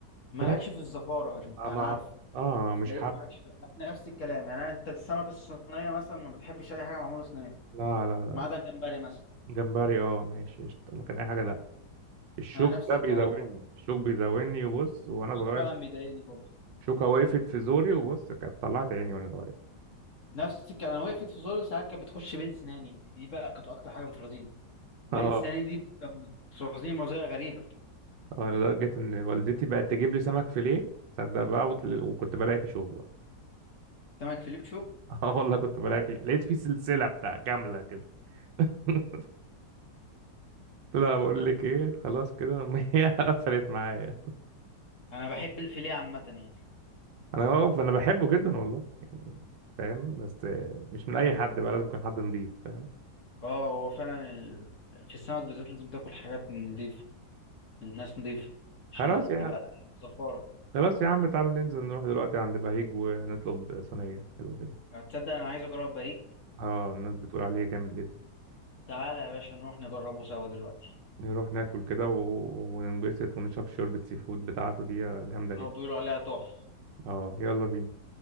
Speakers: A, on the left; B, on the right.
A: مالكش
B: فاهم
A: في الزفارة
B: آه،
A: انا
B: ما
A: عارف
B: اه
A: بتلاقيك
B: مش حب
A: مالكش في- نفس الكلام يعني أنا- انت السمك الصينية مثلا ما بتحبش اي حاجة معمولة صينية
B: لا لا لا
A: ما عدا الجمبري مثلا
B: جمبري اه ماشي قشطة لكن اي حاجه لا الشوك
A: انا نفس
B: ده
A: الكلام
B: بيزاولني
A: برضه
B: الشوك بيزاولني وبص وانا
A: الشوك
B: صغير
A: فعلا بيضايقني برضه
B: شوكه وقفت في زوري وبص كانت طلعت عيني وانا صغير
A: نفس الكلام انا وقفت في زوري ساعات كانت بتخش بين سناني دي دي بقى كانت اكتر حاجة بترازيني بين
B: اه
A: سناني دي بترازيني مرضية غريبة
B: اه لدرجه ان والدتي بقت تجيب لي سمك فيليه تصدق بقى وطل- وكنت بلاقي فيه شوك برضه
A: سمك فيليبشو
B: <laughs> اه والله كنت بلاقي فيه لقيت فيه سلسله بتاع كامله كده <laughs> لا بقول لك ايه خلاص كده <laughs> ما هي قفلت معايا
A: انا بحب الفيليه عامة يعني
B: انا هو انا بحبه جدا والله فاهم بس مش من اي حد بقى لازم يكون حد نضيف فاهم
A: اه هو فعلا ال... في السمك بالذات لازم تاكل حاجات نضيفة الناس نضيفة
B: خلاص
A: عشان بتبقى
B: يا
A: زفارة
B: خلاص يا عم تعالى ننزل نروح دلوقتي عند بهيج ونطلب صينية حلوة كده
A: يعني تصدق انا عايز اجرب بهيج
B: اه الناس بتقول عليه جامد جدا
A: تعالى يا باشا نروح نجربه سوا دلوقتي
B: نروح ناكل كده و... وننبسط ونشرب شوربة سي فود بتاعته دي جامدة جدا
A: هو بيقولوا عليها تحفة
B: اه يلا بينا